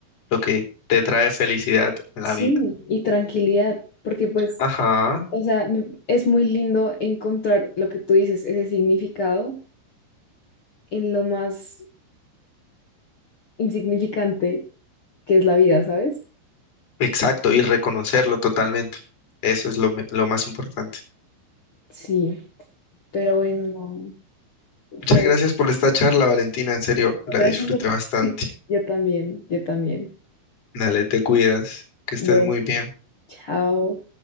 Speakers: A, on the left (about 35°); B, on the left (about 75°).
A: lo que te trae felicidad en
B: Sí,
A: la vida.
B: y tranquilidad, porque pues,
A: Ajá,
B: o sea, me- es muy lindo encontrar lo que tú dices, ese significado en lo más insignificante que es la vida, ¿sabes?
A: exacto, y reconocerlo totalmente. Eso es lo, me- lo más importante.
B: Sí, pero bueno, no,
A: Muchas
B: fue
A: gracias por esta charla, Valentina, en serio, la
B: gracias
A: disfruté
B: a ti.
A: bastante.
B: <laughs> Yo también, yo también.
A: Dale, te cuidas, que estés
B: Bueno,
A: muy bien.
B: chao.